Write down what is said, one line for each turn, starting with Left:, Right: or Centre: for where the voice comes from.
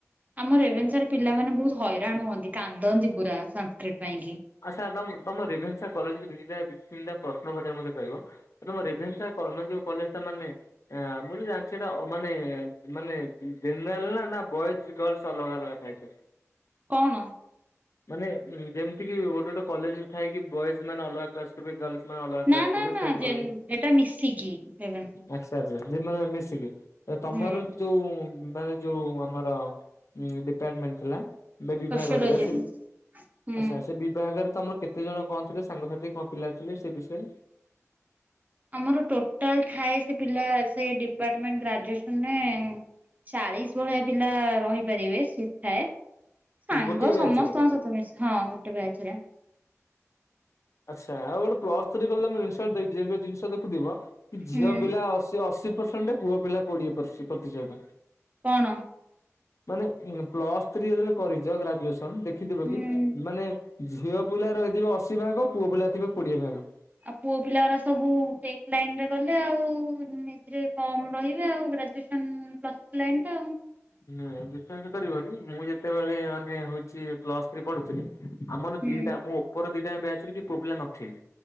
Right: ଆମର ରେବେନ୍ସା ପିଲାମାନେ ବହୁତ ହଇରାଣ ହୁଅନ୍ତି କାନ୍ଦନ୍ତି ପୁରା ସଂସ୍କୃତ ପାଇଁ କି?
Left: ଆ ସାର୍ ତମ ତୁମ ରେଭେନ୍ସା କଲେଜକୁ ଦୁଇଟା ନିଟା ପ୍ରଶ୍ନ ପଚରେ ମୋତେ କହିବ ତମ ରେଭେନ୍ସା? କ ମାନ ଯୋଉ କଲେଜ ଟା ମାନେ ମୁଁ ତ ଜାଣିଛି ସେଇଟା ମାନେ ମାନେ ଜେନେରାଲ ନା ନା ବଏଜ ଗର୍ଲସ ଅଲଗା ଅଲଗା ଥାଏ ସବୁ?
Right: କଣ?
Left: ମାନେ ଯେମିତିକି ଗୋଟେ ଗୋଟେ କଲେଜରେ ଥାଇ କି ବଏଜ ମାନେ ଅଲଗା କ୍ଲାସ୍ କର ଗାର୍ଲସ୍ ନାଁ ଅଲଗା
Right: ନା
Left: କ୍ଲାସ୍
Right: ନା
Left: ଥିଲି
Right: ନା
Left: ସେମ୍
Right: ଜେନ୍
Left: କଲେଜରେ
Right: ଏଟା ମିଶିକି ରେଭେନ୍ସା।
Left: ମାସ୍କ ତା ଯେ ଯେ ମାନେ ମିଶିକି ଏ ତମର
Right: ହୁଁ
Left: ଯୋଉଁ ମାନେ ଯୋଉ ଆମର ଡିପାର୍ଟମେଣ୍ଟ ଥିଲା ବିଭାଗ
Right: ସୋସିଓଲୋଜି
Left: ଥିଲା।
Right: ହୁଁ।
Left: ଆଛା ସେ ବିଭାଗରେ ତମର କେତେ ଜଣ କଣ ଥିଲେ ସାଙ୍ଗସାଥି କଣ ପିଲା ଥିଲେ ସେ ବିଷୟରେ
Right: ଆମର ଟୋଟାଲ ଥାଏ ସେ ପିଲା ସେ ଡିପାର୍ଟମେଣ୍ଟ ଗ୍ରାଜୁଏସ ମାନେ ଚାଳିଶ ଭଳିଆ ପିଲା ରହିପାରିବେ ସିଟ ଥାଏ।
Left: ହୁଁ,
Right: ସାଙ୍ଗ
Left: ଗୋଟିଏ ବ୍ୟାଚ୍
Right: ସମସ୍ତଙ୍କ
Left: ରେ
Right: ସହିତ ମିସେ ହଁ ଗୋଟେ ବ୍ୟାଚ ରେ।
Left: ଆଚ୍ଛା ଆଉ ଗୋଟେ ପ୍ଲଥ୍ରୀ କଲେ ମୁଁ ଜିନିଷ ଦେଇଚି ତେବେ ଜିନିଷ ଦେଖୁଥିବ।
Right: ହୁଁ
Left: ଝିଅ ପିଲା ଅଶୀ ଅଶୀ ପ୍ରସେଣ୍ଟ ପୁଅ ପିଲା କୋଡିଏ ପ୍ରତିଶତ।
Right: କଣ?
Left: ମାନେ ପ୍ଲଥ୍ରୀ ଯେତେବେଳେ କରିଛ ଗ୍ରାଜୁଏସନ ଦେଖିଥିବ
Right: ହୁଁ।
Left: କି ମାନେ ଝିଅ ପିଲା ରହିଥିବେ ଅଶୀ ଭାଗ ପୁଅ ପିଲା ଥିବେ କୋଡିଏ ଭାଗ।
Right: ଆଉ ପୁଅ ପିଲା ଗୁରା ସବୁ ଟେକ ଲାଇନ ରେ ଗଲେ ଆଉ ଏଥିରେ କମ ରହିବେ ଆଉ ଗ୍ରା ପ୍ଲଥ୍ରୀ ଲାଇନଟା।
Left: ହୁଁ ବିଶ୍ବସ କରିବନି ମୁଁ ଯେତେବେଳେ ମାନେ ହଉଛି ପ୍ଲଥ୍ରୀ ପଢୁଥିଲି। ଆମର
Right: ହୁଁ
Left: ଦିଟା ମୁଁ ଉପର ଦିଟା ବ୍ୟାଚ ରେ କେହି ପୁଅ ପିଲା ନଥିଲି